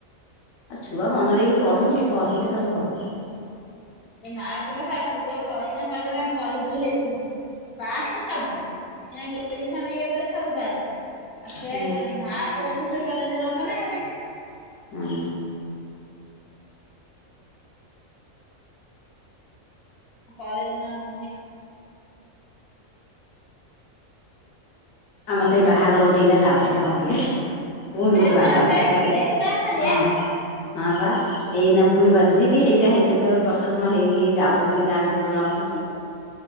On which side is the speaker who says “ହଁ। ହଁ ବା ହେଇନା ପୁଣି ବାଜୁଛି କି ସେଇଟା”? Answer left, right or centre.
Left